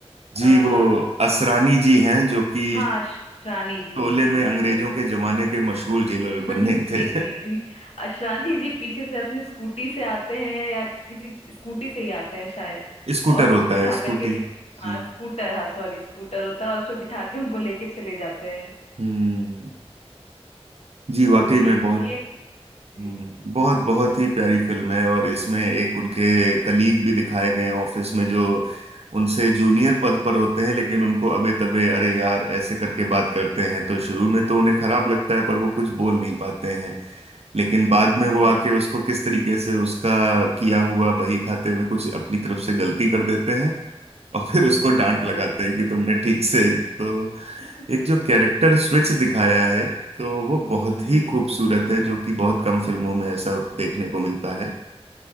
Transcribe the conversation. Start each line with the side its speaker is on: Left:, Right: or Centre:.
Right: जी
Left: आ,
Right: वो असरानी जी हैं जो कि
Left: हाँ श- शानी जी
Right: शोले
Left: जी
Right: में अंग्रेजों
Left: बिल्कुल बिल्कुल
Right: के जमाने
Left: सही कहा
Right: के मशहूर जेलर
Left: <laughs> जी
Right: बने थे
Left: जी जी अशानी जी पीछे से अपनी स्कूटी से आते हैं या किसी च- स्कूटी से ही आते हैं शायद
Right: <laughs> स्कूटर
Left: और उनको
Right: होता
Left: बिठा
Right: है स्कूटी
Left: करके ले
Right: जी
Left: हाँ स्कूटर हाँ सॉरी स्कूटर होता है और उस पे बिठा के उनको लेके चले जाते हैं
Right: हम्म जी वाकई
Left: तो ये
Right: में बहुत
Left: ये जी
Right: हम्म, बहुत बहुत ही प्यारी फिल्म है और इसमें एक उनके कलीग भी दिखाए गए हैं ऑफिस में जो उनसे जूनियर पद पर होते हैं लेकिन उनको अबे तबे अरे यार ऐसे करके बात करते हैं तो शुरू में तो उन्हें खराब लगता है पर वो कुछ बोल नहीं पाते हैं लेकिन बाद में वो
Left: जी
Right: आके उसको किस तरीके से उसका किया हुआ बही खाते में कुछ अपनी तरफ से गलती कर देते हैं और फिर उसको डांट
Left: जी
Right: लगाते
Left: जी
Right: हैं कि तुमने ठीक से तो
Left: <laughs>
Right: एक जो कैरेक्टर स्विच दिखाया है तो वो बहुत
Left: जी
Right: ही खूबसूरत है जो कि बहुत कम फिल्मों में ऐसा देखने को मिलता है <laughs>